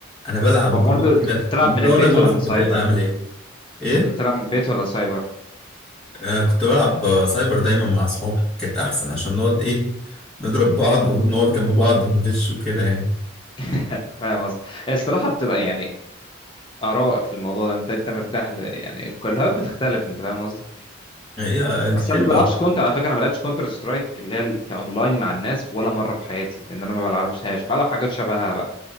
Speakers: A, in the centre; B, on the left.
A: انا بلعب
B: هو
A: وبدوخ
B: برضه انت
A: كده
B: كنت بتلعب
A: امال
B: من البيت
A: وانا جوه
B: ولا
A: في
B: من
A: القتال
B: سايبر؟
A: اعمل ايه ايه
B: كنت بتلعب من البيت ولا سايبر؟
A: آه كنت بلعب آه، سايبر دايما مع اصحابي كانت احسن عشان نقعد ايه نضرب بعض ونقعد جنب بعض وندش وكده يعني
B: <laughs> فاهم قصدي؟ الصراحه بتبقى يعني اراء في الموضوع ده انت انت مرتاح ل... يعني الكلهات بتختلف انت فاهم قصدي
A: يعني هي
B: بس
A: حلوه
B: انا ما بلعبش كونتر على فكره انا ما بلعبش كونتر سترايك اللي هي ال- كاونلاين مع الناس ولا مره في حياتي لان انا ما بلعبهاش بلعب حاجات شبهها بقى